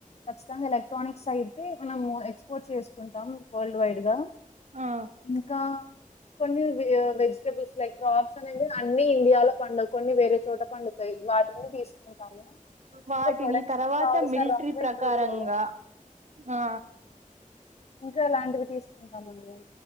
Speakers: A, on the left (about 50°); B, on the right (about 55°).
A: ఖచ్చితంగా ఎలక్ట్రానిక్స్ అయితే మనము ఎ క్స్పోర్ట్ చేసుకుంటాం వరల్డ్ వైడ్గా
B: ఆ
A: ఇంకా కొన్ని వె వెజిటబుల్స్ లైక్స్ క్రాప్స్ అనేవి అన్ని ఇండియాలో పండవు. కొన్ని వేరే చోట పండుతాయి వాటిని తీసుకుంటాము.
B: వాటిని
A: ఇంకా ప్రొడక్షన్
B: తర్వాత
A: కావాల్సిన
B: మిలిట్రి
A: రా మెటీరియల్
B: ప్రకారంగా ఆ
A: ఇంకా ఎలాంటివి తీసుకుంటాం మనము.